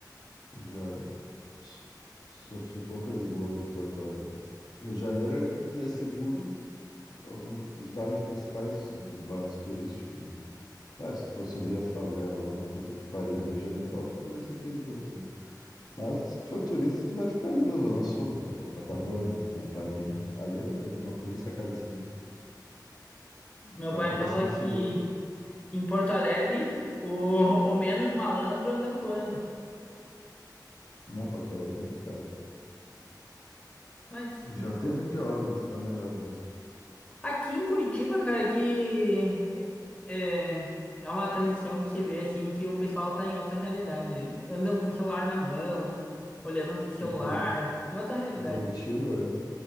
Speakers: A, on the left; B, on the left.
A: já so- sofri poucas e boas em Porto Alegre. Rio de Janeiro é é seguro, alguns, os bairros principais, os, os bairros turísticos, né? Claro, se tu for subir a favela lá na puta que pariu do Rio de Janeiro, óbvio que vai ser perigoso, né? Mas se for turista, tu vai ficar ali na Zona Sul, vai ficar em Copacabana, vai ficar em Ipanema. Ali é uma polícia a cada esquina. Então
B: Meu pai
A: acaba
B: fala
A: sendo seguro.
B: que em Porto Alegre o, <laughs> o menos malandro anda voando.
A: Na Porto Alegre é complicado.
B: Mas
A: Já teve pior, mas tá melhor, eu acho.
B: Aqui em Curitiba, cara, que é, é uma transição que você vê assim que o pessoal tá em outra realidade. Andam com o celular na mão, olhando pro celular,
A: Em Curi-
B: em outra realidade.
A: em Curitiba,